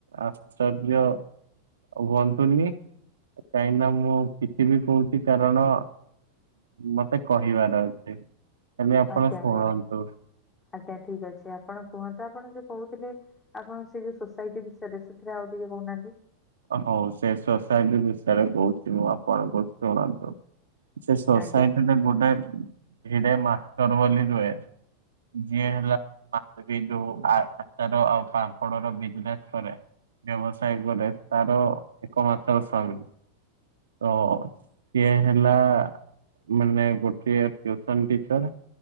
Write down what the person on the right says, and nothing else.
ଆଶ୍ଚର୍ଯ୍ୟ ଆଉ ହୁଅନ୍ତୁନି କାହିଁନା ମୁଁ କିଛି ବି କହୁଚି କାରଣ ମତେ କହିବାର ଅଛି। ଖାଲି ଆପଣ
ଶୁଣନ୍ତୁ।
ହଉ ସେ ସୋସାଇଟି ବିଷୟରେ କହୁଛି ମୁଁ ଆପଣଙ୍କୁ ଶୁଣନ୍ତୁ। ସେ ସୋସାଇଟିରେ
ଗୋଟେ ଭିଡେ ମାଷ୍ଟର ବୋଲି ରୁହେ। ଯିଏ ହେଲା ମା ଯୋଉ ଆଚାର ଆଉ ପାମ୍ପଡ ର ଵିଜ୍ ନେସ କରେ। ବ୍ୟବସାୟ କରେ ତାର ଏକମାତ୍ର ସର ତ ସିଏ ହେଲା ମାନେ ଗୋଟେଏ ଟିୟୁସନ୍ ଟିଚର